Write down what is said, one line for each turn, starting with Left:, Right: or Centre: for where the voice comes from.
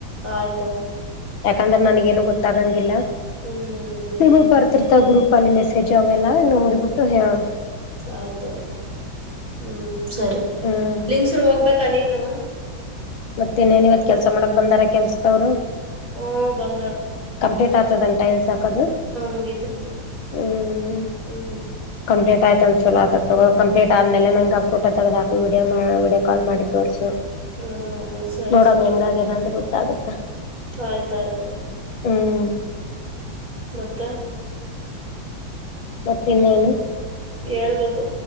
Right: ಆಯ್ತಾಯ್ತು
Left: ಯಾಕಂದ್ರ ನನಗ ಏನು ಗೊತ್ತಾಗಂಗಿಲ್ಲ
Right: ಹ್ಮ್
Left: <unintelligible> ನಿಮಗ್ ಬರ್ತಿರ್ತಾವ ಗ್ರೂಪ್ ಅಲ್ಲಿ ಮೆಸೇಜ್ ಅವೆಲ್ಲ ನೋಡ್ಬಿಟ್ಟು ಹೇಳ್
Right: ಆಯ್ತು ಆಯ್ತು ಹ್ಮ್ ಸರಿ
Left: ಹ್ಮ್
Right: ಲಿಂಗ್ಸೂರ್ಗೆ ಹೋಗ್ಬೇಕಾ ನೀನು
Left: ಮತ್ತೆ ಇನ್ನೇನ್ ಇವತ್ ಕೆಲ್ಸ ಮಾಡಕ್ ಬಂದಾರ ಕೆಲಸದವ್ರು.
Right: ಓ ಬಂದರ್.
Left: ಟೆಟ್ ಆಗ್ತದೆನ್ ಟೈಲ್ಸ್ ಹಾಕದು
Right: ಮುಗಿತೈತಿ
Left: ಹ್ಮ್
Right: ಹ್ಮ್
Left: ಕಂಪ್ಲೀಟ್ ಆಯ್ತ ಅಂದ ಚಲೋ ಆ ತಗೋ ಕಂಪ್ಲೀಟ್ ಆದ್ಮೇಲೆ ನಂಗೆ ಫೋಟೋ ತಗ್ದು ಹಾಕ್ ವಿಡಿಯೋ ವಿಡಿಯೋ ಕಾಲ್ ಮಾಡ್ ತೋರ್ಸು <unintelligible>
Right: ಹ್ಮ್ ಸರಿ
Left: ನೋಡಮ್
Right: ಸರಿ
Left: ಹೆಂಗಗ್ಯದ ಅಂತ ಗೊತ್ತಾಗುತ್ತ
Right: ಆಯ್ತಾಯ್ತು
Left: ಹ್ಮ್
Right: ಮತ್ತ
Left: ಮತ್ತಿನ್ನೇನು
Right: ಹೇಳ್ಬೇಕು